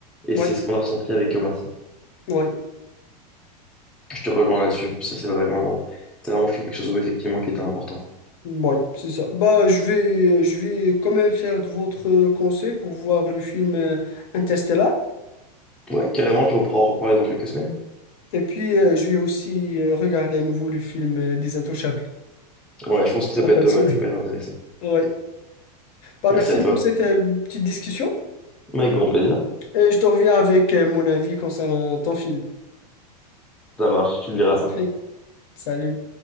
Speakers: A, in the centre; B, on the left.
A: Et
B: Oui,
A: c'est ce qu'on a ressenti avec Omar Sy.
B: oui,
A: Je te rejoins là-dessus. Ça c'est vraiment, c'est vraiment, je trouve quelque chose où, effectivement qui était important.
B: oui, c'est ça. Bah, je vais, je vais quand même faire de votre conseil pour voir le film euh, Interstellar.
A: Ouais, carrément, puis on pourra en reparler dans quelques semaines.
B: Et puis, euh, je vais aussi euh, regarder à nouveau le film euh, Des Intouchables
A: Ouais, je pense que ça
B: en
A: peut
B: fin
A: être
B: de
A: pas
B: semaine.
A: mal, ça peut être intéressant.
B: <laughs> Ouais. Bah,
A: Merci
B: merci
A: à toi.
B: pour cette euh, petite discussion.
A: Avec grand plaisir.
B: Et je te reviens avec euh, mon avis concernant ton film.
A: Ça marche, tu me diras
B: Parfait.
A: ça.
B: Salut.